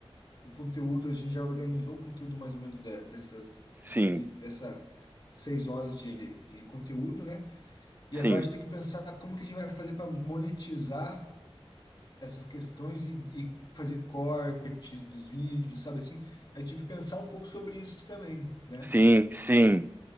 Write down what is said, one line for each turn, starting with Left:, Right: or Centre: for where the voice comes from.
Left: o conteúdo, a gente já organizou o conteúdo mais ou menos de- dessas,
Right: sim,
Left: dessas, vi- dessa seis horas de, de conteúdo, né? E
Right: sim,
Left: agora a gente tem que pensar como que a gente vai fazer para monetizar essas questões e, e fazer cortes dos vídeos, sabe assim? A gente tem que pensar um pouco sobre isso também, né?
Right: sim, sim,
Left: Or-